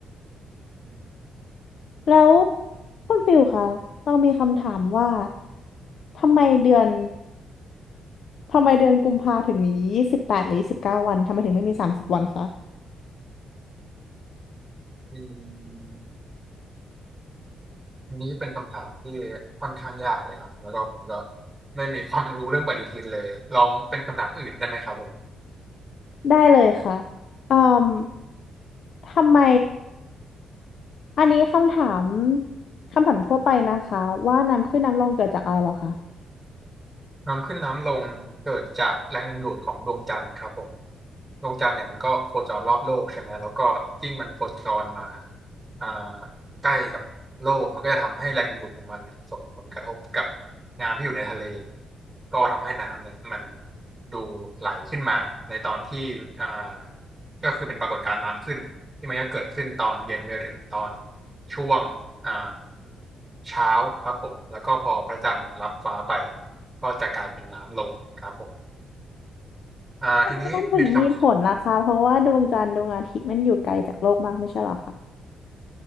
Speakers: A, on the right; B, on the left.
A: อืม
B: แล้วคุณฟิลค่ะต้องมีคำถามว่าทำไมเดือนทำไมเดือนกุมภาถึงมียี่สิบแปดหรือยี่สิบเก้าวันทำไมถึงไม่มีสามสิบวันคะ
A: อันนี้เป็นคำถามที่ค่อนข้างยากเลยครับ แล้วก็ผมก็ไม่มีความรู้เรื่องปฏิทินเลย ลองเป็นคำถามอื่นได้ไหมครับผม
B: ได้เลยค่ะอืมทำไมอันนี้คำถามคำถามทั่วไปนะคะว่าน้ำขึ้นน้ำลงเกิดจากอะไรเหรอคะ
A: น้ำขึ้นน้ำลงเกิดจากแรงดึงดูดของดวงจันทร์ครับผมดวงจันทร์เนี่ยมันก็โคจรรอบโลกใช่ไหมแล้วก็ยิ่งมันโคจรมาอ่าใกล้กับโลกมันก็จะทำให้แรงดึงดูดของมันเนี่ยส่งผลกระทบกับน้ำที่อยู่ในทะเลก็ทำให้น้ำเนี่ยมันดูไหลขึ้นมาในตอนที่อ่าก็คือเป็นปรากฏการณ์น้ำขึ้นที่มันก็เกิดขึ้นตอนเย็นไปจนถึงตอน ช่วงอ่าเช้าครับผมแล้วก็พอพระจันทร์รับฟ้าไปก็จะกลายเป็นน้ำลงครับผมอ่าทีนี้มีคำถาม
B: มันถึงมีผลล่ะคะเพราะว่าดวงจันทร์ดวงอาทิตย์มันอยู่ไกลจากโลกมากไม่ใช่เหรอคะ